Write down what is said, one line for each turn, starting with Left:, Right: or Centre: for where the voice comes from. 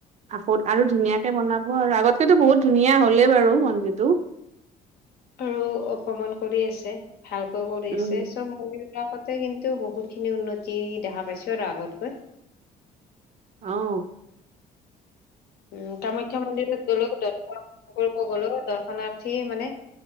Right: আগত আৰু ধুনীয়াকে বনাব আৰু আগতকেটো বহুত ধুনীয়া হ'লেই বাৰু মন্দিৰটো।
Left: আৰু অকমান কৰি আছে, ভালকৈ কৰি
Right: উম,
Left: আছে, মন্দিৰটো আগতকে কিন্তু বহুতখিনি, বহুত খিনি উন্নতি দেখা পাইছোঁ আৰু আগতকৈ।
Right: অঁ।
Left: উম, কামাখ্যা মন্দিৰত গ'লেও দৰ্শন কৰিব গ'লেও দৰ্শনাৰ্থীয়ে মানে